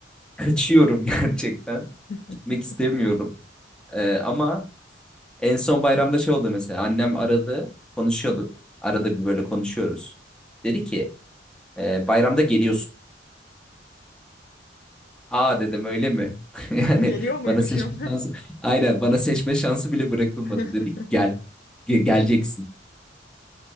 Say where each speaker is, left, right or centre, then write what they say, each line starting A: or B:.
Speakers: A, in the centre; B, on the left.
A: kaçıyorum <laughs> gerçekten
B: <laughs>
A: gitmek istemiyorum. E, ama En son bayramda şey oldu mesela. Annem aradı. Konuşuyorduk. Arada bir böyle konuşuyoruz. Dedi ki "E, bayramda geliyorsun. Aa dedim öyle mi? <laughs> Yani
B: Geliyor muymuşum?
A: bana seçme şansı. Aynen bana seçme şansı bile bırakılmadı.
B: <laughs>
A: Dedi ki gel. Ge- geleceksin.